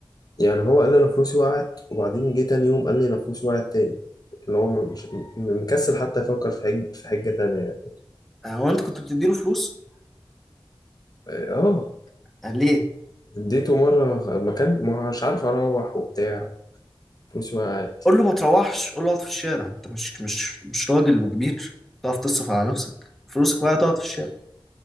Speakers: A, on the left; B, in the centre.
A: يعني هو قال لي انا فلوسي وقعت وبعدين جه تاني يوم قال لي انا فلوسي وقعت تاني اللي هو مش م- مكسل حتى يفكر في حج في حجه تانيه يعني
B: آه، هو انت كنت بتديله فلوس
A: اه
B: قال ليه
A: اديته مره مكان مش عارف اروح وبتاع فلوسي وقعت
B: قول له ما تروحش قول له اقعد في الشارع انت مش مش مش راجل وكبير تعرف تصرف على نفسك فلوسك بقى تقعد في الشارع